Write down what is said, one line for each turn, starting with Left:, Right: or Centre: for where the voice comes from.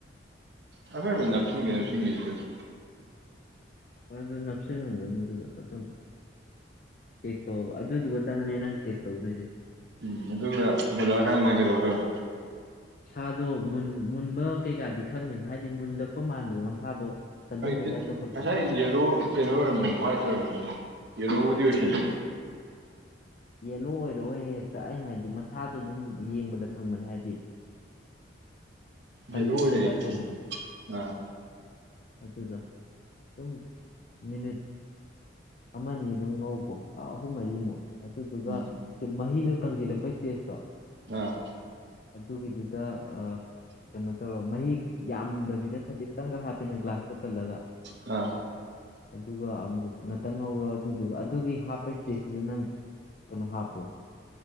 Right: ꯍꯥꯏꯐꯦꯠ ꯍꯥꯏꯐꯦꯠ ꯅꯞꯁꯤꯟꯒꯦ ꯅꯞꯁꯤꯟꯒꯦꯗꯤ ꯇꯧꯋꯦ
Left: ꯍꯣꯏ ꯑꯗꯣ ꯅꯞꯁꯤꯟꯖꯖꯅꯨꯗ ꯑꯗꯨꯝ__ ꯆꯦꯛ ꯇꯧꯕ ꯑꯗꯨꯗꯨꯒꯇꯪꯒꯅꯦ ꯅꯪ ꯆꯦꯛ ꯇꯧꯗꯣꯏꯁꯦ
Right: ꯎ ꯑꯗꯨꯒ ꯕꯨꯂꯥꯀꯥꯟꯗ ꯀꯗꯧꯗꯣꯏꯕ
Left: ꯁꯥꯗꯣ ꯃꯨꯟ ꯃꯨꯟꯕ ꯀꯩꯀꯥꯗꯤ ꯈꯪꯅꯤꯅ ꯍꯥꯏꯗꯤ ꯃꯨꯜꯂꯛꯄ ꯃꯥꯟꯕꯗꯣ ꯃꯁꯥꯗꯣ ꯀꯟꯁꯤꯟꯕꯩ
Right: ꯍ
Left: ꯇꯥꯏꯞ ꯇꯧꯈꯠꯂꯛꯄꯗꯣ
Right: ꯉꯁꯥꯏ ꯌꯦꯂꯣ ꯀꯩꯅꯣ ꯑꯣꯏꯔꯝꯕꯅꯤ ꯋꯥ꯭ꯋꯥꯏꯠ ꯑꯣꯏꯔꯝꯕꯅꯤ ꯌꯦꯂꯣꯕꯨꯗꯤ ꯑꯣꯏꯁꯤꯜꯂꯦ
Left: ꯌꯦꯂꯣ ꯑꯣꯏꯔꯛꯑꯣ ꯍꯦꯛꯇ ꯑꯩꯅ ꯍꯥꯏꯕꯗꯤ ꯃꯁꯥꯗꯣ ꯑꯗꯨꯝ ꯌꯦꯡꯕꯗ ꯈꯪꯕꯅꯦ ꯍꯥꯏꯗꯤ ꯀꯟꯖꯤꯟꯕꯩ
Right: ꯌꯦꯂꯣ ꯑꯣꯏꯔꯛꯏꯅꯦ
Left: ꯇꯥꯏꯞ ꯇꯧꯕꯗꯣ
Right: ꯑꯥ
Left: ꯑꯗꯨꯗ ꯑꯗꯨꯝ ꯃꯤꯅꯤꯠ ꯑꯃꯅꯤ ꯑꯗꯨꯝ ꯉꯧꯀꯣ ꯑꯥ ꯑꯍꯨꯝ ꯃꯔꯤꯃꯨꯛ ꯑꯗꯨꯗꯨꯒ
Right: ꯎꯝ
Left: ꯃꯍꯤꯗꯣ ꯀꯪꯖꯤꯜꯂꯛꯄꯩ ꯏꯁꯇꯦꯖꯇꯣ
Right: ꯑꯥ
Left: ꯑꯗꯨꯒꯤꯗꯨꯗ ꯑ ꯀꯩꯅꯣ ꯇꯧꯔ ꯃꯍꯤꯛ ꯌꯥꯝꯗꯕꯤꯗ ꯈꯖꯤꯛꯇꯪꯒ ꯍꯥꯞꯄꯦꯅꯦ ꯒ꯭ꯂꯥꯁꯇ ꯀꯜꯂꯒ
Right: ꯑ
Left: ꯑꯗꯨꯒ ꯑꯃꯨꯛ ꯉꯥꯛꯇꯪ ꯉꯧꯔꯣ ꯑꯗꯨꯗꯨꯒ ꯑꯗꯨꯒꯤ ꯍꯥꯞꯄ ꯏꯁꯇꯦꯖꯇꯨꯗ ꯅꯪ ꯀꯩꯅꯣ ꯍꯥꯞꯄꯣ